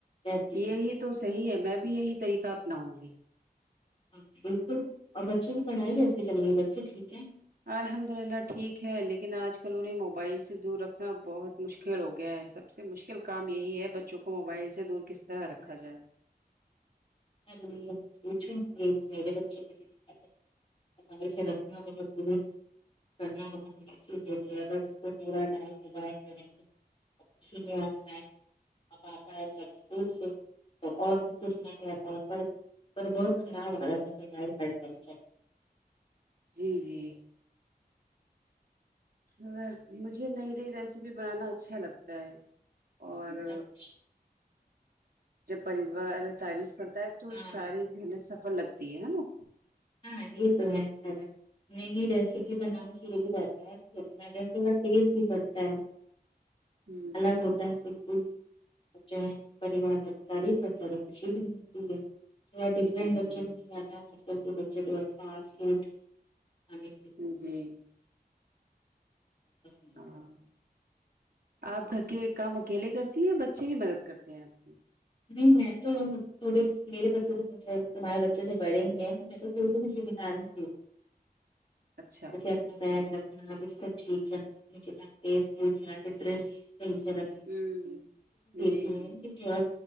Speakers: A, on the left; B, on the right.
A: رہتی
B: یہی
A: ہے
B: تو صحیح ہے میں بھی یہی طریقہ اپناؤں گی
A: ہاں بالکل اور بچوں کی پڑھائی کیسے چلے رہی اور بچے ٹھیک ہیں
B: الحمد للہ ٹھیک ہے لیکن آج کل انہیں موبائل سے دور رکھنا بہت مشکل ہو گیا ہے سب سے مشکل کام یہی ہے بچوں کو موبائل سے دور کس طرح رکھا جائے
A: ارے یہ مت پوچھو کیونکے میرے بچے بھی ضد کرتے موبائل سے رکھنا بہت دور کرنا بہت مشکل ہو گیا ہے بس اس کو پورا ٹائم موبائل میں رہینگے اچھی <unintelligible> اب آتا ہے سب اسکول سے تو اور بھی کچھ نہ کھا تا پر بہت خراب عادت ہے موبائل بر پل چیک
B: جی جی ہا مجھے نئی نئی ریسیپی بنانا اچھا لگتا ہے اور
A: اچھ
B: جب پریوار تعریف کرتا ہے تو
A: ہاں
B: ساری محنت سف ل لگتی ہے ہے نا
A: ہاں یہ تو ہے نئی نئی ریسیپی بنانے سے یہ بھی جاتا ہے سیکھنا چاہتے تو انٹرس بھی بڑھتا ہے
B: ہوں
A: الگ ہوتا ہے پھر پھر بچے ہے پریوار ہے سارے کو اچھا لگے تو خوشی بھی ملتی ہے تھوڑا ڈفرنٹ
B: جی
A: بچوں
B: جی
A: نہیں جاتا آج کل کے بچے تھوڑا فاسٹ فوڈ مانگے
B: ہ جی
A: <unintelligible>
B: ہاں آپ گھر کے کام اکیلے کرتی ہیں بچے بھی مدد کرتے ہیں آپ کے
A: نہیں میں تو تھوڑے میرے بچوں کو تمہارے بچوں سے بڑے ہیں میں تو تھوڑے تو بھی ذمہ دار ہے
B: اچھا
A: جیسے اپنا بیگ رکھنا بستر ٹھیک کرنا کتاب تیز تیز رکھ پیس ر
B: ہ جی
A: تھا
B: جی